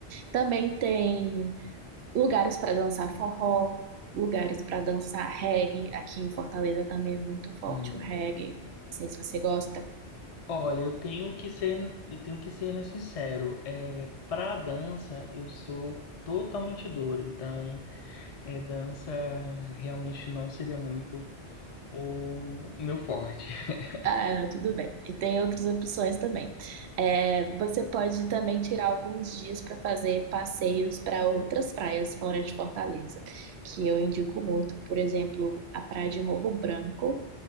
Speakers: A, on the right; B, on the left.
A: Também tem lugares para dançar forró, lugares para dançar reggae. Aqui em Fortaleza também é muito forte
B: Hum.
A: o reggae. Não sei se você gosta.
B: Olha, eu tenho que ser, eu tenho que ser né, sincero. É, para dança, eu sou totalmente duro. Então, é, dança realmente não seria muito o meu forte. <laughs>
A: Ah, tudo bem. E tem outras opções também. É, você pode também tirar alguns dias para fazer passeios para outras praias fora de Fortaleza, que eu indico muito, por exemplo, a praia de Morro Branco,